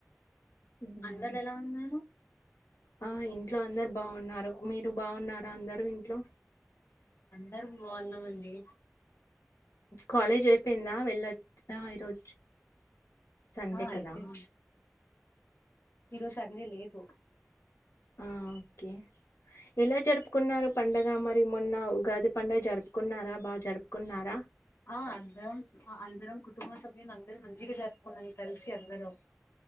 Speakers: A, on the left; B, on the left.
A: ఉమ్
B: అందరూ ఎలా ఉన్నారు
A: ఆ ఇంట్లో అందరు బాగున్నారు మీరు బాగున్నారా అందరూ ఇంట్లో
B: దరం బాగున్నామండి
A: కాలేజ్ చెప్పిందా వెళ్ళొచ్చ ఆ ఇరోజు సండే
B: ఆ అయిపోయింది
A: కదా
B: ఈరోజు సండే లేదు
A: ఆ ఓకే ఎలా జరుపుకున్నారు పండగ మరి మొన్న ఉగాది పండుగ జరుపుకున్నారా బాగా జరుపుకున్నారా
B: ఆ అందరం అందరం కుటుంబ సభ్యులు అందరు మంచిగా జరుపుకు కలిసి అందరం